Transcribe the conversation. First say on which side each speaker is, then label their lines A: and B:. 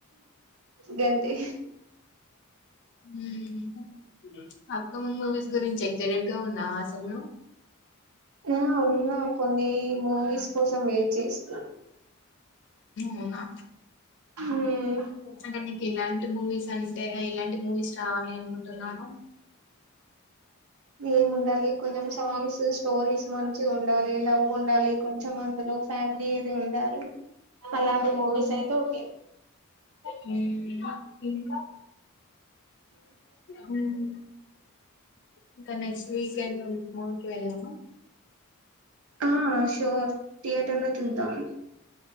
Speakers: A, on the right; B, on the left.
A: గంతే
B: హ్మ్మ్ అప్కమింగ్ మూవీస్ గురించి ఎక్్జైటెడ్ గా ఉన్నా అసలు నువ్వు
A: ఆ ఉన్నా కొన్ని మూవీస్ కోసం వెయిట్ చేసి
B: అవునా
A: మ్మ్
B: అంటే నీకు ఎలాంటి మూవీస్ అంటే ఇలాంటి మూవీస్ రావాలి అనుకుంటున్నాను
A: ఏం ఉండాలి కొంచెం సాంగ్స్ స్టోరీస్ మంచి ఉండాలి లవ్ ఉండాలి కొంచెం అందులో ఫ్యామిలీ ఏది ఉండాలి అలాంటి మూవీస్ అయితే ఓకే
B: హ్మ్మ్ ఇంకా హ్మ్మ్ ఇంకా నెక్స్ట్ వీకెండ్ మూవీకి వెళ్దామా
A: ఆ షూర్ థియేటర్ లో చూద్దాం